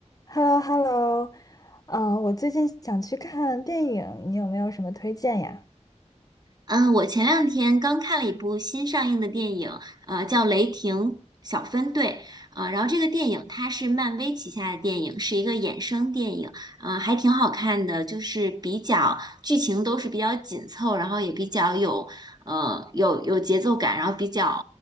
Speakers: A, on the left; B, on the right.
A: h e l l o h e l l o 呃，我最近想去看电影，你有没有什么推荐呀？
B: 嗯，我前两天刚看了一部新上映的电影，呃，叫《雷霆小分队》啊、然后这个电影它是漫威旗下的电影，是一个衍生电影，啊、还挺好看的，就是比较剧情都是比较紧凑，然后也比较有呃有有节奏感，然后比较